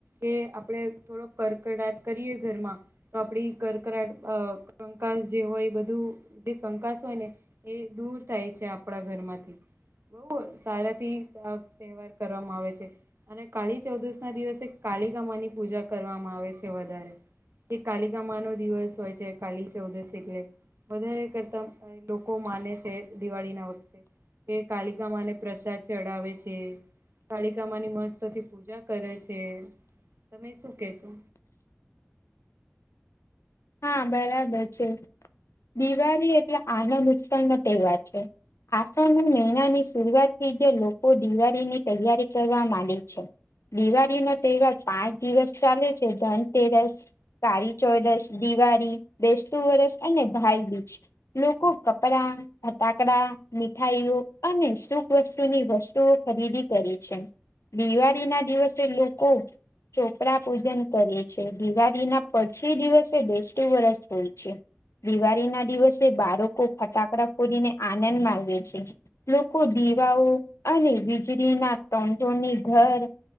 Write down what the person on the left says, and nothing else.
હા બરાબર છે, દિવાળી એટલે આનંદ ઉત્સવનો તહેવાર છે. આસો અને મહિનાની શરૂઆતથી જ લોકો દિવાળીની તૈયારી કરવા માંડે છે. દિવાળીનો તહેવાર પાંચ દિવસ ચાલે છે, ધનતેરસ, કાળી, ચોદસ દિવાળી, બેસતું વરસ અને ભાઈબીજ લોકો કપડા, ફટાકડા મીઠાઈઓ અને સુભ વસ્તુની વસ્તુઓ ખરીદી કરી છે. દિવાળીના દિવસે લોકો ચોપડા પૂજન કરે છે, દિવાળીના પછી દિવસ બેસતું વર્ષ હોય છે. દિવાળીના દિવસે બાળકો ફટાકડા ફોડીને આનંદ માને છે, લોકો દિ દીવાઓ અને વીજળીના ટંટોની ઘર